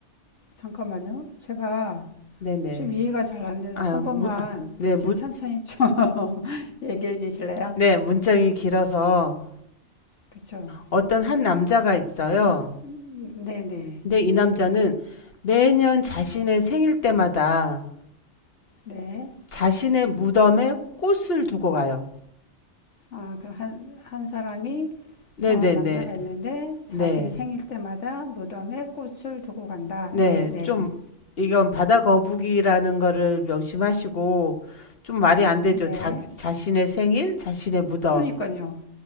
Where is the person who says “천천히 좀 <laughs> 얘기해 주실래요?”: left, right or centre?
Left